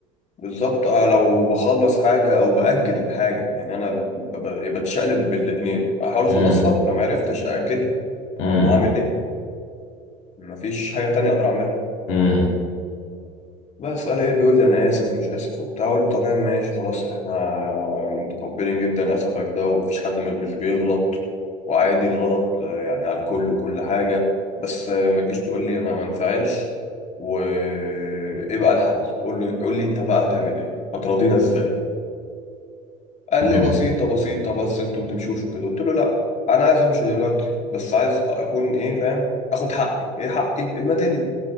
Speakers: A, on the left; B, on the left.
A: بالظبط آه، لو بخلص حاجه او باجل الحاجه يعني انا ب... ب... بتشقلب بالاتنين احاول اخلصها
B: امم
A: لو ما عرفتش اجلها
B: امم
A: هعمل ايه مفيش حاجة تانية أقدر أعملها
B: امم
A: بس قال إيه بيقول لي أنا آسف ومش آسف وبتاع أقول له تمام ماشي خلاص إحنا يعني متقبلين جدا آسفك ده ومفيش حد م- مش بيغلط وعادي الغلط آه، يعني على الكل وكل حاجة بس آه، ما تجيش تقول لي أنا ما انفعلش وإيه بقى الحل؟ قول له قول لي أنت بقى هتعمل إيه؟ هتراضينا إزاي؟ قال لي
B: امم
A: بسيطة بسيطة بس أنتوا ما تمشوش وكده قلت له لأ أنا عايز أمشي دلوقتي بس عايز أكون إيه فاهم؟ آخد حقي، إيه حقي؟ الميدالية